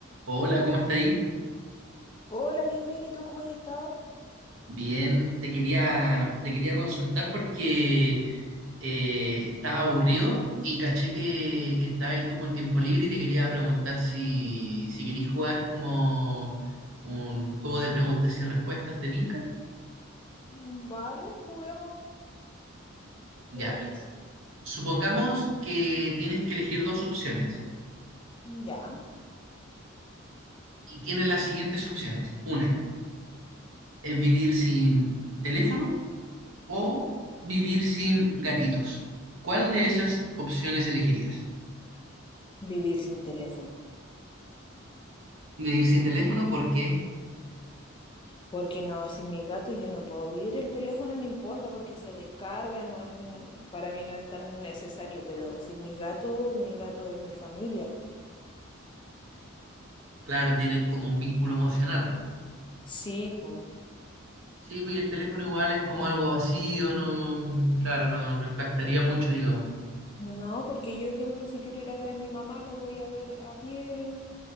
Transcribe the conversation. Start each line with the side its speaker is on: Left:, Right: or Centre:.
Right: Hola, ¿cómo está ahí?
Left: Hola, bien, bien. ¿Y tú cómo has estado?
Right: Bien, te quería, te quería consultar porque eh, estaba aburrido y caché que, que estabas ahí tú con tiempo libre y te quería preguntar si, si querís jugar como un juego de preguntas y respuestas, ¿te tinca?
Left: Mm, Vale, juguemos,
Right: Ya.
Left: me parece.
Right: mira. Supongamos que tienes que elegir dos opciones
Left: Ya.
Right: y tienes las siguientes opciones. Una es vivir sin teléfono o vivir sin gatitos. ¿Cuál de esas opciones elegirías?
Left: Vivir sin teléfono.
Right: Vivir sin teléfono porque,
Left: Porque no, sin mi gato yo no puedo vivir. El teléfono no importa porque se descarga, no en- para mí no es tan necesario, pero sin mi gato, mi gato es mi familia.
Right: claro, tienen como un vínculo emocional, pues.
Left: Sí, po.
Right: Sí, pues y el teléfono igual es como algo vacío, no, claro, no, no impactaría mucho, digamos.
Left: No, porque yo, ejemplo, si quiero ir a ver a mi mamá, lo voy a ver a pie,